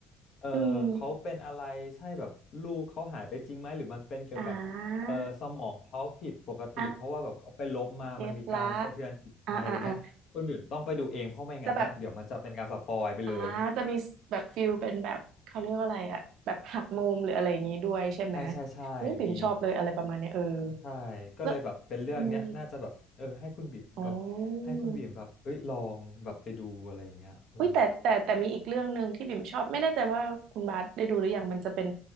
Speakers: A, on the left; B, on the right.
A: เออเขาเป็นอะไรใช่แบบลูกเขาหายไปจริงไหมหรือมันเป็นเกี่ยวกับเออสมองเขาผิดปกติเพราะว่าแบบเขาไปลบมามันมีการสะเทือนจิตใจอะไรเงี้ยคุณบีมต้องไปดูเองเพราะไม่งั้นนะเดี๋ยวมันจะเป็นการสปอยไปเลย
B: อืมอ่าอ่าเก็ตละอ่าอ่าอ่าจะแบบอ่าจะมีแบบฟิลเป็นแบบเขาเรียกว่าอะไรอะแบบหักมุมหรืออะไรอย่างงี้ด้วยใช่ไหม
A: ใช่ใช่ใช่
B: โอ้ปิ่มชอบเลยอะไรประมาณเนี้ยเออ
A: มีใช่ ก็เลยแบบเป็นเรื่องเนี้ยน่าจะแบบเออให้คุณบีมแบบให้คุณบีมแบบเอ้ยลองแบบไปดูอะไรอย่างเงี้ยเออ
B: แล้วอืมอ๋ออุ้ยแต่แต่แต่มีอีกเรื่องหนึ่งที่บิ่มชอบไม่แน่ใจว่าคุณบาสได้ดูหรือยังมันจะเป็น